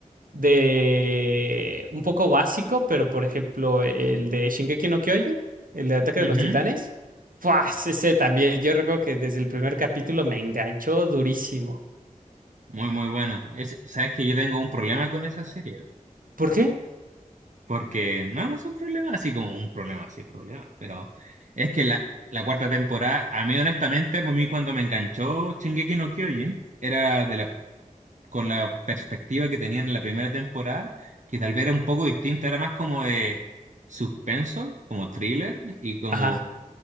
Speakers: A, on the right (about 85°); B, on the right (about 60°).
A: de un poco básico, pero, por ejemplo, el de Shingeki no Kyojin, el de Ataque
B: ujú,
A: de los Titanes, ¡fua! ese también, yo recuerdo que desde el primer capítulo me enganchó durísimo.
B: Muy, muy bueno. Es, sabes que yo tengo un problema con esa serie.
A: ¿Por qué?
B: Porque no, no es un problema así como un problema así, problema. Pero es que la, la cuarta temporada, a mí honestamente, a mí cuando me enganchó Shingeki no Kyojin, era de la, con la perspectiva que tenían en la primera temporada, que tal vez era un poco distinta, era más como de suspenso, como thriller, y como,
A: Ajá,